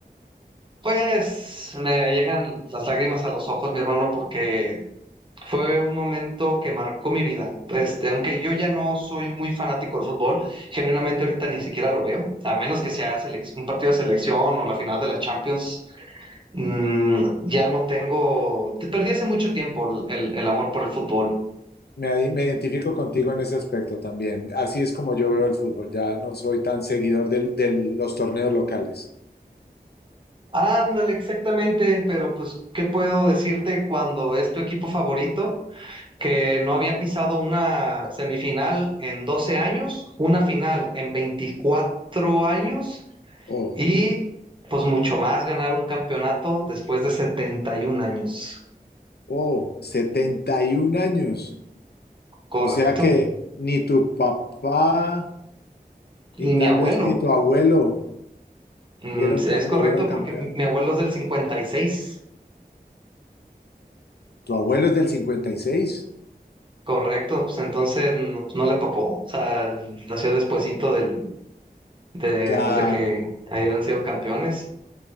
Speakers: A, on the right; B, on the left.
A: Pues me llegan las lágrimas a los ojos, mi hermano, porque Fue un momento que marcó mi vida. Este, aunque yo ya no soy muy fanático del fútbol, genuinamente ahorita ni siquiera lo veo, a menos que sea selec- un partido de selección o la final de la Champions, mm, ya no tengo, te perdí hace mucho tiempo el, el- el amor por el fútbol.
B: Me, me identifico contigo en ese aspecto también. Así es como yo veo el fútbol. Ya no soy tan seguidor del- de los torneos locales.
A: Ándale, exactamente, pero pues, ¿qué puedo decirte cuando es tu equipo favorito? que no había pisado una semifinal en 12 años, una final en veinticuatro años
B: Oh,
A: Y pues mucho más ganar un campeonato después de 71 años.
B: oh, 71 años.
A: Correcto.
B: O sea que ni tu papá
A: Y
B: y tal
A: mi abuelo.
B: vez ni tu abuelo
A: mm,
B: vieron,
A: sí,
B: ca-
A: es
B: lo
A: correcto
B: vieron campeón.
A: porque mi mi abuelo es del cincuenta y seis
B: Tu abuelo es del cincuenta y seis,
A: Correcto. Pues entonces no, pues, no le tocó. O sea, nació despuesito del, de,
B: Claro,
A: pues de que hayan sido campeones.